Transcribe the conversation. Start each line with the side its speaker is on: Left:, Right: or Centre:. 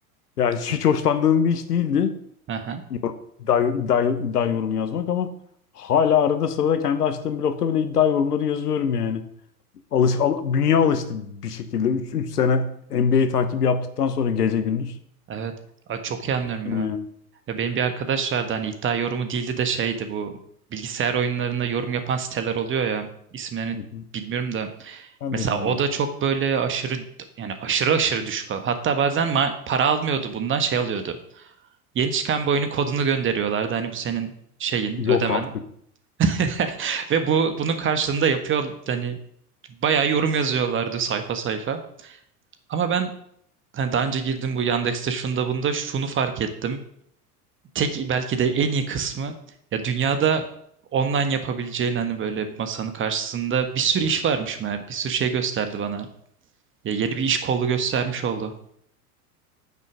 Left: Ya hiç
Right: An-
Left: hoşlandığım bir iş değildi.
Right: Aha,
Left: Yorum, iddia, iddia, iddia yorum yazmak ama hala arada sırada kendi açtığım blogda bile iddia yorumları yazıyorum yani. Alış, al, bünye alıştı bir şekilde. üç sene NBA takip yaptıktan sonra gece gündüz.
Right: evet. Aa, çok iyi anlıyorum
Left: Değil
Right: ya.
Left: mi Yani.
Right: Ya benim bir arkadaş vardı hani iddia yorumu değildi de şeydi bu bilgisayar oyunlarında yorum yapan siteler oluyor ya isimlerini
Left: Hı hı.
Right: bilmiyorum da
Left: Ben
Right: mesela
Left: de bilmiyorum.
Right: o da çok böyle aşırı yani aşırı aşırı düşük al- hatta bazen ma- para almıyordu bundan şey alıyordu yeni çıkan bir oyunun kodunu gönderiyorlardı hani bu senin şeyin
Left: Yok
Right: ödemen
Left: artık.
Right: <laughs> ve bu bunun karşılığında yapıyor hani bayağı yorum yazıyorlardı sayfa sayfa ama ben hani daha önce girdim bu Yandex'te şunda bunda şunu fark ettim tek belki de en iyi kısmı ya dünyada online yapabileceğin hani böyle masanın karşısında bir sürü
Left: Ya.
Right: iş varmış meğer. Bir sürü şey gösterdi bana. Ya yeni bir iş kolu göstermiş oldu.